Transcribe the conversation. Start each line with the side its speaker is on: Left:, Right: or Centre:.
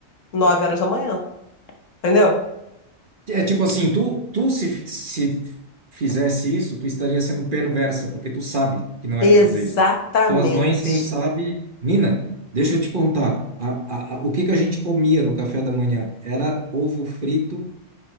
Left: nove horas da manhã, entendeu?
Right: é tipo assim, tu, tu se, se fizesse isso, tu estaria sendo perversa, porque tu sabe que não
Left: Exatamente.
Right: é para fazer isso. Então, as mães, quem sabe. Nina, deixa eu te contar. A, a, a, o que que a gente comia no café da manhã? Era ovo frito